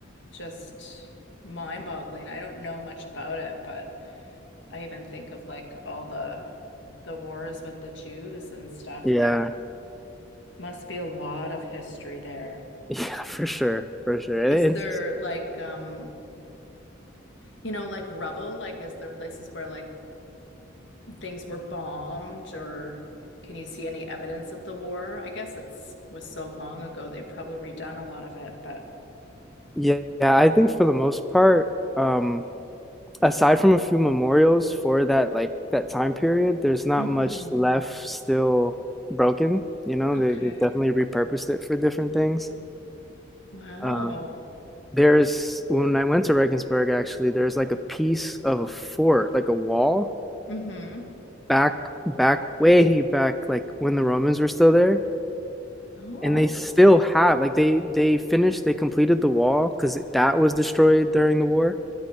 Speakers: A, on the left; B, in the centre.
A: just mind-boggling. I don't know much about it, but I even think of like all the the wars with the Jews and stuff.
B: Yeah,
A: Like, must be a lot of history there.
B: <laughs> yeah, for sure, for sure. And,
A: Is
B: and
A: there like um, you know, like rubble? Like, is there places where like things were bombed or can you see any evidence of the war? I guess it's was so long ago they probably redone a lot of it, but
B: yeah, I think for the most part, um, aside from a few memorials for that like that time period, there's not
A: hmm
B: much left still broken. You know,
A: Okay.
B: they they've definitely repurposed it for different things.
A: Wow.
B: Um, there's when I went to Regensburg, actually, there's like a piece of a fort, like a wall
A: Mm-hmm.
B: back back way back like when the Romans were still there
A: Oh,
B: and they still have like they they finished they completed the wall because that was destroyed during the war